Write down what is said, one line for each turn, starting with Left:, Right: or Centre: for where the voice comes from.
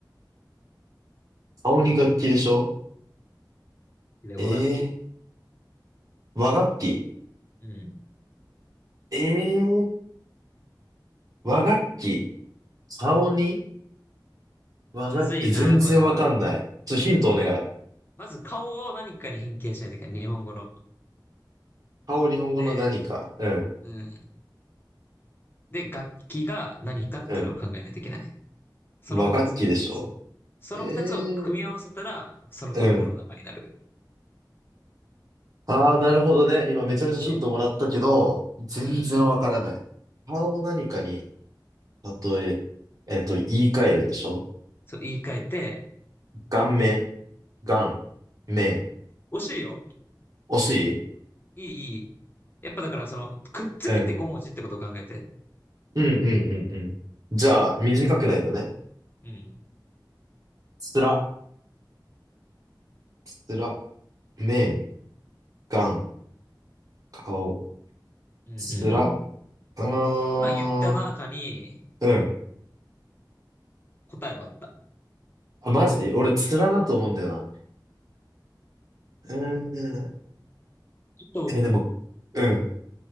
Right: 顔に楽器でしょ
Left: 和楽器。
Right: ええー和楽器
Left: うん。
Right: ええー、和楽器。顔に和楽器。
Left: むずいな、
Right: え全然わかんない。
Left: これは。
Right: ちょ、ヒントお願い。
Left: まず顔を何かに変形しないといけない。日本語の。
Right: 顔日本語の何か。
Left: で、
Right: うん、
Left: うん。で、楽器が何かっていうのを考えないといけない。
Right: うん。
Left: その二つ。
Right: 和楽器でしょ。
Left: その二つを組み合わせたら、
Right: ええ
Left: その食べ物の名前になる。
Right: ー、うん。ああ、なるほどね。今めちゃめちゃヒントもらったけど、
Left: そ
Right: 全然わからない。
Left: う。うん。
Right: 顔を何かに、例え、えっと、言い換えるんでしょ
Left: そう、言い換えて、
Right: 顔面、顔、面。
Left: 惜しいよ。
Right: 惜しい
Left: いい、いい。やっぱだからその、くっつけて5文字ってことを考えて。
Right: うん。うんうんうんうん。じゃあ、短くないとね。
Left: うん。
Right: つら、つら、面、顔。顔。
Left: うん、
Right: つら。
Left: うん、うん。
Right: うーん。
Left: 今言った中に
Right: うん。
Left: 答えはあった。あ
Right: あ、マジ俺、つらだと思うんだよな。うーん。
Left: と、
Right: え、でも、うん。